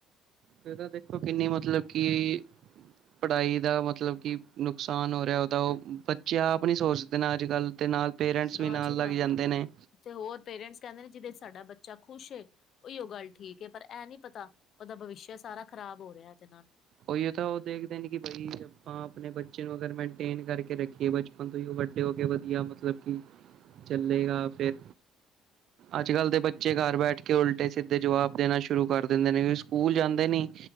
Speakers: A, on the right; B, on the left.
A: ਫਿਰ ਤਾਂ ਦੇਖੋ ਕਿੰਨੀ ਮਤਲਬ ਕਿ ਪੜ੍ਹਾਈ ਦਾ ਮਤਲਬ ਕਿ ਨੁਕਸਾਨ ਹੋ ਰਿਹਾ ਉਹਦਾ ਉਹ ਬੱਚੇ ਆਪ ਨੀ ਸੋਚਦੇ ਨੇ ਅੱਜ ਕੱਲ੍ਹ ਦੇ ਨਾਲ ਪੇਰੈਂਟਸ
B: ਨਾ
A: ਵੀ ਨਾਲ
B: ਜੀ ਨਾ
A: ਲੱਗ ਜਾਂਦੇ ਨੇ
B: ਤੇ ਹੋਰ ਪੇਰੈਂਟਸ ਕਹਿੰਦੇ ਨੇ ਜਿਹਦੇ ਸਾਡਾ ਬੱਚਾ ਖੁਸ਼ ਏ ਉਹੀ ਉਹ ਗੱਲ ਠੀਕ ਹੈ ਪਰ ਇਹ ਨੀ ਪਤਾ ਉਹਦਾ ਭਵਿੱਸ਼ਯ ਸਾਰਾ ਖ਼ਰਾਬ ਹੋ ਰਿਹਾ ਇਹਦੇ ਨਾਲ
A: ਉਹੀ ਤਾਂ ਉਹ ਦੇਖਦੇ ਨ ਕਿ ਭਾਈ ਆਪਾਂ ਆਪਣੇ ਬੱਚੇ ਨੂੰ ਅਗਰ ਮੇਨਟੇਨ ਕਰਕੇ ਰੱਖੀਏ ਬਚਪਨ ਤੋਂ ਹੀ ਉਹ ਵੱਡੇ ਹੋ ਕੇ ਵਧੀਆ ਮਤਲਬ ਕਿ ਚੱਲੇਗਾ ਫੇਿਰ
B: <inaudible>
A: ਅੱਜ ਕੱਲ੍ਹ ਦੇ ਬੱਚੇ ਘਰ ਬੈਠ ਕੇ ਉਲਟੇ ਸਿੱਧੇ ਜਵਾਬ ਦੇਣਾ ਸ਼ੁਰੂ ਕਰ ਦਿੰਦੇ ਨੇ ਕਿ ਸਕੂਲ ਜਾਂਦੇ ਨੀ